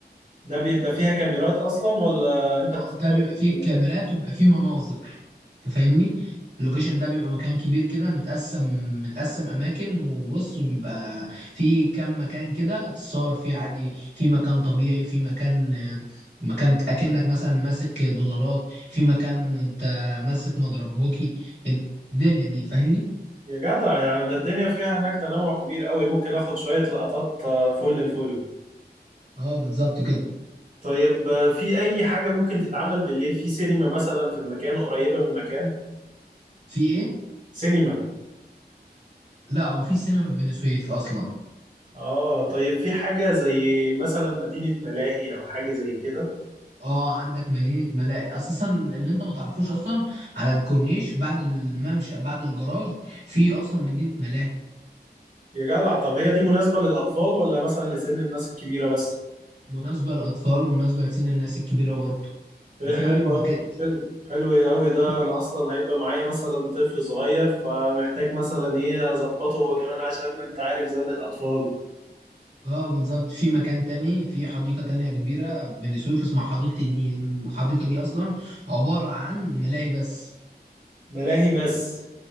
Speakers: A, on the right; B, on the right.
A: ده بيبقى فيها كاميرات اصلا ولا انت
B: اه
A: بتتصور
B: ده بيبقى فيه
A: في المكان
B: كاميرات وبيبقى فيه مناظر انت فاهمني اللوكيشن ده بيبقى مكان كبير كده متقسم متقسم اماكن وبص وبيبقى فيه كام مكان كده تتصور فيه عادي في مكان طبيعي في مكان مكان اكنك مثلا ماسك دولارات في مكان وانت ماسك مضرب هوكي الدنيا دي فاهمني
A: يا جدع يعني ده الدنيا فيها هناك تنوع كبير قوي ممكن اخد شوية لقطات آه، فل الفل
B: اه بالظبط كده
A: طيب آه، في اي حاجة ممكن تتعمل بالليل في سينما مثلا في المكان قريبة من المكان
B: في ايه
A: سينما
B: لا هو مفيش سينما في فينيسويف اصلا
A: اه طيب في حاجة زي مثلا مدينة ملاهي او حاجة زي كده
B: اه عندك مدينة ملاهي اساسا اللي انت ما تعرفوش اصلا على الكورنيش بعد الممشى بعد الجراج في اصلا مدينة ملاهي
A: يا جدع طب هي دي مناسبة للأطفال ولا مثلا لسن الناس الكبيرة بس
B: مناسبة للاطفال ومناسبة لسن الناس الكبيرة برضه
A: إيه،
B: وفي
A: حلو
B: مكان
A: أوي حلو حلو أوي ده
B: في
A: أنا أصلا هيبقى معايا مثلا طفل صغير فمحتاج مثلا إيه أظبطه هو كمان عشان أنت عارف زن الأطفال
B: اه بالظبط في مكان تاني في حديقة تانية كبيرة بني سويف اسمها حديقة النيل الحديقة دي اصلا عبارة عن ملاهي بس
A: ملاهي بس